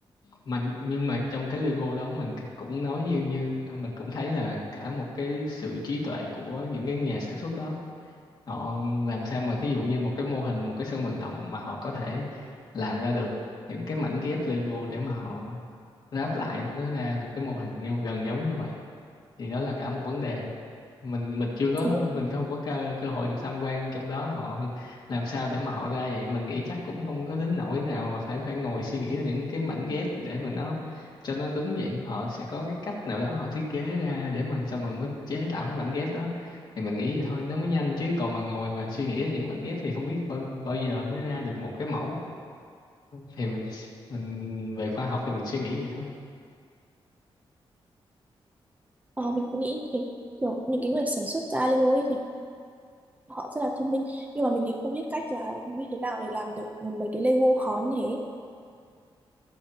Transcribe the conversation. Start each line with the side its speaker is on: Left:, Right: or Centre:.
Left: mình nhưng mà trong cái logo đó mình c- cũng nói như như mình cũng thấy là cả một cái sự trí tuệ của những cái nhà sản xuất đó họ làm sao mà ví dụ như một cái mô hình một cái sân vận động mà họ có thể làm ra được những cái mảnh ghép Lego để mà họ ráp lại nó ra được cái mô hình nhau- gần giống như vậy thì đó là cả một vấn đề mình mình chưa có
Right: đúng rồi.
Left: mình không có cơ, cơ hội được tham quan trong đó họ <laughs> làm sao để mà họ ra vậy mình nghĩ chắc cũng không có đến nỗi nào mà phải phải ngồi suy nghĩ ra những cái mảnh ghép để mà nó cho nó đúng vậy họ sẽ có cái cách nào đó họ thiết kế ra để mà xong rồi mới chế tạo cái mảnh ghép đó thì mình nghĩ vậy thôi nó mới nhanh chứ còn mà ngồi mà suy nghĩ ra những mảnh ghép thì không biết bao, bao giờ mới ra được một cái mẫu thì mình mình về khoa học thì mình suy nghĩ vậy thôi
Right: Ờ, mình cũng nghĩ như thế kiểu những cái người sản xuất ra Lego ấy thì họ rất là thông minh nhưng mà mình thì không biết cách là như thế nào để làm được mấy cái Lego khó như thế